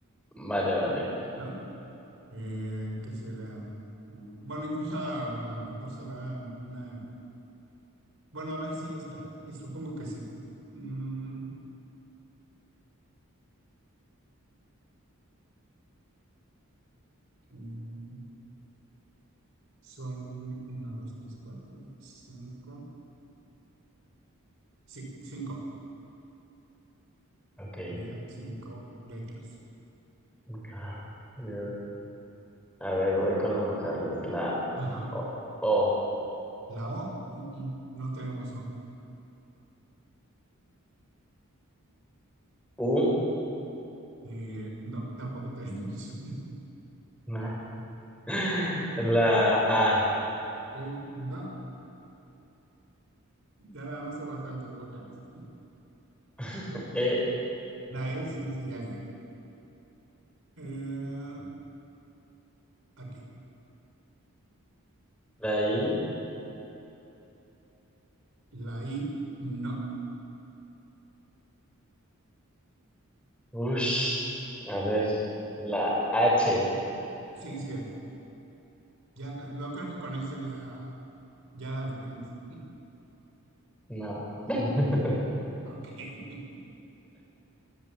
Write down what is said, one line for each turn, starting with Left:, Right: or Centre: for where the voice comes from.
Centre: Vale, vale.
Right: ¿no? Eh, ¿qué será? Mm, Bueno, incluso a, a lo mejor será una... Bueno, a ver si está. Eh, supongo que sí. Mm, mm, son una, dos, tres, cuatro, cinco. Sí, cinco.
Centre: Ok.
Right: Sería cinco letras.
Centre: Ay, Dios. A ver, voy con las vocales. La
Right: Ajá.
Centre: O, O,
Right: La O, mm, mm, no tenemos O.
Centre: U,
Right: Eh, no, tampoco tenemos. <laughs>
Centre: na. <laughs> La A,
Right: Eh, no, ya nada más se faltan dos vocales.
Centre: <laughs> E,
Right: La E sí, sí, hay. E. Eh, aquí.
Centre: la I,
Right: La I, no.
Centre: ush. A ver, la H,
Right: Sí, sí hay. Ya, yo creo que con esto ya, ya la adivinas.
Centre: no. <laughs>
Right: Ok. <laughs>